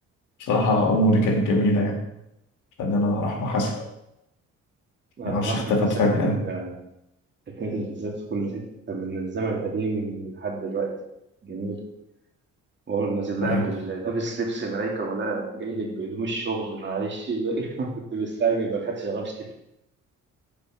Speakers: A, on the left; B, on the right.
A: بصراحة أمه دي كانت جميلة يعني فنانة رحمة حسن
B: راح
A: ما أعرفش اختفت
B: مثلا
A: فجأة
B: تقنية الفيزيات في كل حتة من الزمن القديم لحد دلوقتي جميل وهو نازل لها
A: أيوة
B: بال- لابس لبس ملايكة ولا جاي لك بهدوم الشغل معلش بقى. <laughs> كنت مستعجل ما لحقتش غيرت